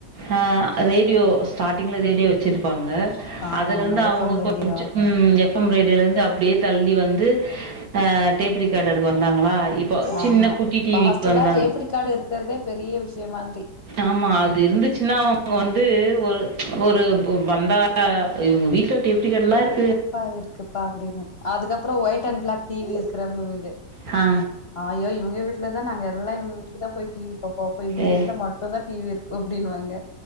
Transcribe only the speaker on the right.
ஆ ரேடியோ ஸ்டார்ட்டிங்ல ரேடியோ வெச்சிருப்பாங்க
அதுலர்ந்து
அவங்க
கொஞ்சு ம் ய எஃப் எம் ரேடியோல இருந்து அப்டியே தள்ளி வந்து அ டேப் ரிக்கார்டர்க்கு வந்தாங்களா இப்போ சின்ன
குட்டி
டிவிக்கு
வந்தாங்க
ஆம்மா அது இருந்துச்சுன்னா அவ்ங்க வந்து ஒரு ஒரு ஒ பந்தா இவங்க வீட்ல டேப் ரிக்கார்டர்ல்லா இருக்
ஹா
ஏ